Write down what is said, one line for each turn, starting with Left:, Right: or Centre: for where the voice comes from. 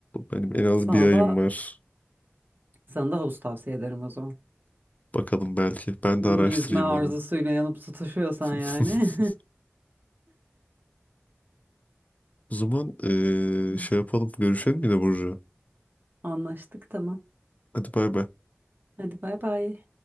Left: Benim en az
Right: Sana
Left: bir ayım
Right: da
Left: var.
Right: sana da havuz tavsiye ederim o zaman.
Left: Bakalım belki. Ben
Right: İyi
Left: de araştırayım
Right: Yüzme arzusuyla
Left: onu.
Right: yanıp tutuşuyorsan
Left: <laughs>
Right: yani.
Left: O zaman eee,
Right: <laughs>
Left: şey yapalım. Görüşelim yine Burcu.
Right: Anlaştık tamam.
Left: Hadi bay bay.
Right: Hadi bay bay.